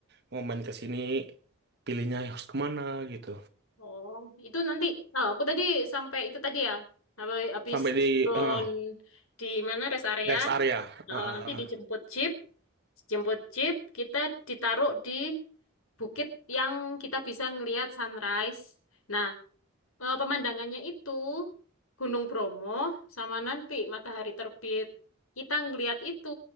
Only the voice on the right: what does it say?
Mau main ke sini, pilihnya harus kemana gitu.
Sampai di
eh,
rest area.
Heeh.